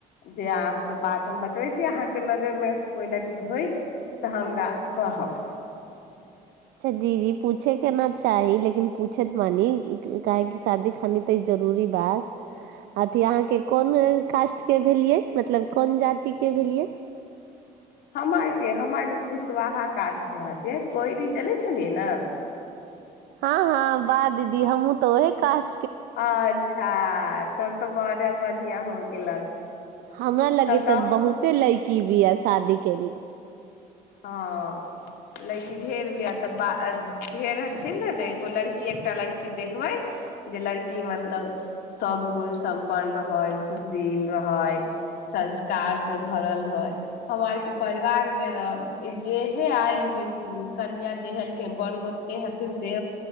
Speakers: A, on the left; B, on the right.
A: जे अहाँके बात हम बतबै छी अहाँके नजरिमे कोइ लड़की होयत तऽ हमरा कहब
B: जी जी पूछैके ने चाही लेकिन पूछैत मानी काहेकि शादी खानी तऽ जरूरी बास अथी अहाँके कोन कास्टके भेलियै मतलब कोन जातिके भेलियै
A: हम आरके हम आरके कुशवाहा कास्टके हति कोइ भी चलै छलियै ने
B: हँ हँ बाह दीदी हमू तऽ ओहे काज
A: अच्छा तब तऽ बढ़े बढ़ििया हो गेलक
B: हमरा लगे
A: तब
B: तऽ
A: अहूँ
B: बहुते लैकी भी य शादी केल
A: ह लैेकी ढेर तऽ ब एगो लड़की एकटा लड़की कि देखबै जे लड़की मतलब सब गुण सम्पन्न रहै सुशील रहै संस्कार से भरल है हमरा आरके परिवारमे ने जेहे आयल कनिया जे हलखिन बर गोत हथिन से